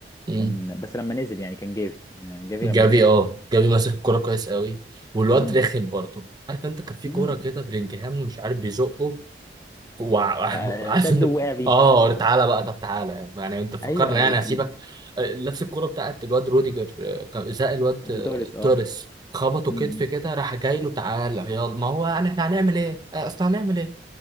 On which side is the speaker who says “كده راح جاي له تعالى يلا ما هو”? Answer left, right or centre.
Right